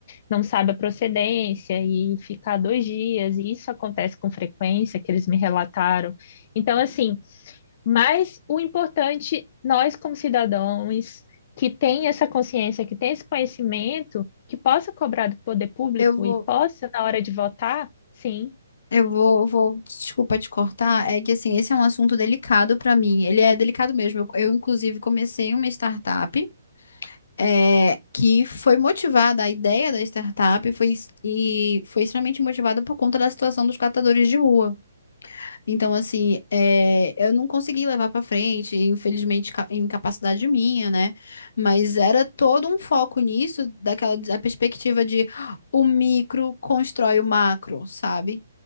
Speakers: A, on the left; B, on the left.
A: não sabe a procedência e ficar dois dias, e isso acontece com frequência, que eles me relataram. Então, assim, mas o importante, nós como cidadãos que tem essa consciência, que tem esse conhecimento, que possa cobrar do poder público
B: Eu vou.
A: e possa, na hora de votar, sim.
B: Eu vou, vou, desculpa te cortar, é que assim, esse é um assunto delicado pra mim. Ele é delicado mesmo. Eu, eu, inclusive, comecei uma startup é, que foi motivada, a ideia da startup foi, es- e foi extremamente motivada por conta da situação dos catadores de rua. Então, assim, é, eu não consegui levar pra frente, infelizmente, ca- incapacidade minha, né? Mas era todo um foco nisso, daquela da perspectiva de "Ah, o micro constrói o macro, sabe?